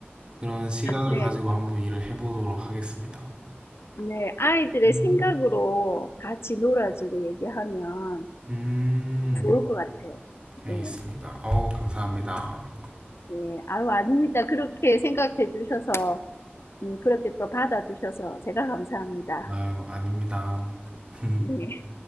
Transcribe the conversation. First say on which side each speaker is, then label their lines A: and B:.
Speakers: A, on the right; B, on the left.
A: 그런 시각을
B: 네.
A: 가지고 한번 일을 해보도록 하겠습니다.
B: 네, 아이들의
A: 음.
B: 생각으로 같이 놀아주고 얘기하면
A: 음.
B: 좋을 것 같아요.
A: 알겠습니다.
B: 네,
A: 어우, 감사합니다.
B: 네, 아유, 아닙니다. 그렇게 생각해 주셔서, 음, 그렇게 또 받아주셔서 제가 감사합니다.
A: 아유, 아닙니다. <laughs>
B: 네.